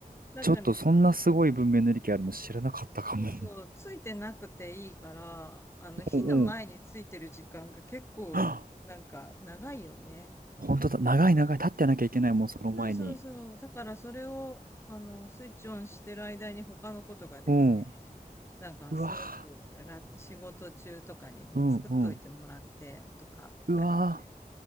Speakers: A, on the left; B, on the right.
A: なんかね、
B: ちょっとそんなすごい文明の利器あるの知らなかったかも。
A: そうそう、ついてなくていいから、あの、火の前についてる時間が結構、
B: うんうん。<gasps> はっ
A: なんか、長いよね。
B: 本当だ。長い長い。立ってなきゃいけないもん、その前に。
A: そうそうそう。だから、それを、あの、スイッチオンしてる間に他のことができて、
B: うん。
A: なんか、
B: うわ、
A: すごく楽、仕事中とかにね、
B: うんうん。
A: 作っといてもらってとかができて。
B: うわ、